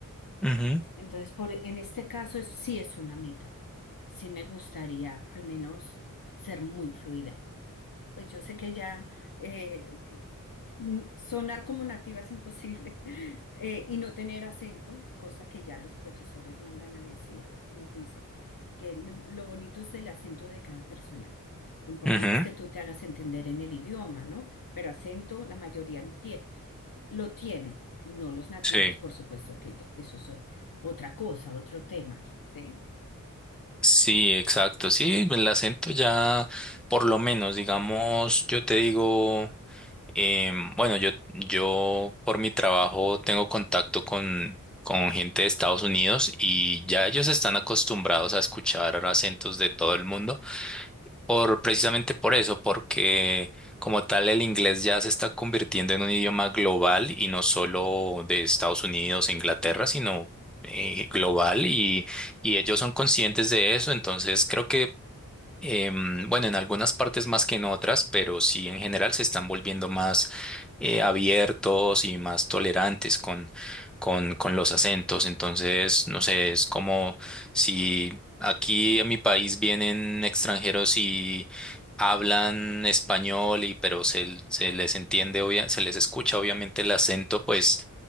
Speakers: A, in the centre; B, on the left.
A: Ujú,
B: Entonces, por, en este caso es- sí es una meta. Sí me gustaría al menos ser muy fluida. Pues yo sé que ya eh, n- sonar como nativa es imposible <laughs> eh, y no tener acento, cosa que ya los profesores mandan a decir o nos dicen, que lo, lo bonito es el acento de cada persona. Lo importante
A: ujú,
B: es que tú te hagas entender en el idioma, ¿no? Pero acento la mayoría entie- lo tiene, no los nativos,
A: Sí.
B: por supuesto que ya, eso es o- otra cosa, otro tema, ¿sí?
A: Sí, exacto. Sí, el acento ya, por lo menos, digamos, yo te digo, em, bueno, yo, yo por mi trabajo tengo contacto con, con gente de Estados Unidos y ya ellos están acostumbrados a escuchar acentos de todo el mundo. Por, precisamente por eso, porque como tal el inglés ya se está convirtiendo en un idioma global y no solo de Estados Unidos e Inglaterra, sino eh, global y, y ellos son conscientes de eso, entonces creo que em, bueno, en algunas partes más que en otras, pero sí en general se están volviendo más eh, abiertos y más tolerantes con, con, con los acentos. Entonces, no sé, es como si aquí a mi país vienen extranjeros y hablan español y pero se, se les entiende, obvia- se les escucha obviamente el acento, pues